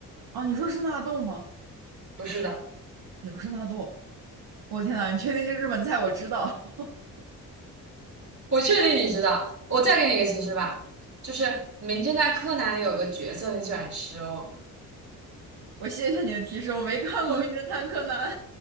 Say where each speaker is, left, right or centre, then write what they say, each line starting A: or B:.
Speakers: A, on the right (about 65°); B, on the right (about 45°).
A: 啊？你说是纳豆吗？
B: 不是的。
A: 也不是纳豆。我天呐，你确定这日本菜我知道？<laughs>
B: 我确定你知道。我再给你一个提示吧，就是《名侦探柯南》里有个角色很喜欢吃哦。
A: 我谢谢你的提示，我没看过《名侦探柯南》。
B: <laughs>